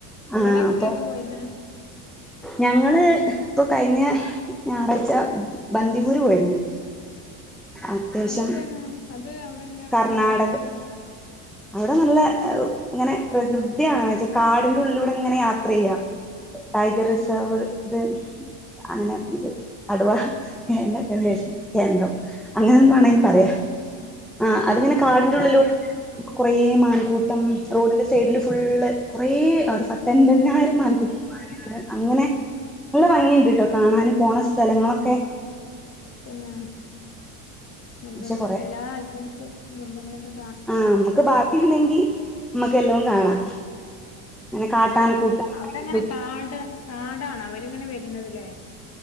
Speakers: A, on the left (about 35°); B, in the centre.
A: നിങ്ങള
B: ആ
A: എവിടക്കൊക്കെ
B: അപ്പൊ
A: പോയിന്ന
B: ഞങ്ങള് ഇപ്പൊ കഴിഞ്ഞ ഞായറാഴ്ച്ച ബന്ദിപൂര് പോയിരുന്നു അത്യാവശ്യം
A: അതെവിടെയാണ് അത് അവിടെ എങ്ങനെയാ
B: കർണാടക
A: കാണാൻൊക്കുന്നുണ്ടോ
B: അവിടെ നല്ല ഇങ്ങനെ പ്രകൃതിയാണ് മറ്റേ കാടിന്റെ ഉള്ളിലൂടെ ഇങ്ങനെ യാത്ര ചെയ്യാം ടൈഗർ റിസർവ്
A: ആഹ്
B: ഇത് അങ്ങനെ കടുവന്റെെേഷ കേന്ദ്രം അങ്ങനെ
A: അങ്ങനത്തൊക്കെല്ലേ
B: എന്ത വണന് പറയാ ആ അത്ങ്ങനെ
A: ആഹ്
B: കാടിന്റെറ ഉള്ളിലോ
A: ആഹ്
B: കുറെ മൻകൂട്ടം റോഡിന്റെ സൈഡില് ഫുള്ള് കുറേ പത്തൻപതിനാറ് ആൾക്കുട്ടിമാരാണ് അങ്ങനെ നല്ല ഭംഗിയുണ്ട് ക കേട്ടോ കാണാൻ പോണ സ്ഥലങ്ങളൊക്കെ
A: പിന്നെ മൃഗങ്ങളൊക്കെല്ല
B: പക്ഷെ കൊറേ
A: എല്ലാ ഐറ്റംസ് മൃഗങ്ങളെയക്കെ
B: ആഹ നമ്മുക്ക് ബാക്കി ഉണ്ടെങ്കി നമ്മക്ക് എല്ലാം കാണാം അങ്ങനെ കാട്ടാനക്കൂട്ടം
A: ഉം അവിടെങ്ങനെ കാട് കാടാണ് അവരിങ്ങനെ വരുന്നത്ല്ലേ